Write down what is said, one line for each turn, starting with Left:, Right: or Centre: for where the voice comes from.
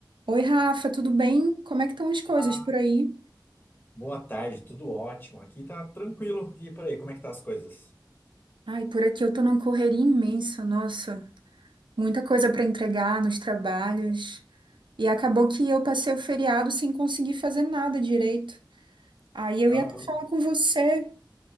Right: Oi, Rafa, tudo bem? Como é que estão as coisas
Left: Olá,
Right: por aí?
Left: Boa tarde, tudo ótimo. Aqui tá tranquilo. E por aí, como é que tá as coisas?
Right: Ai, por aqui eu tô numa correria imensa, nossa, muita coisa para entregar nos trabalhos. E acabou que eu passei o feriado sem conseguir fazer nada direito. Aí eu
Left: Trabalhou?
Right: ia até falar com você,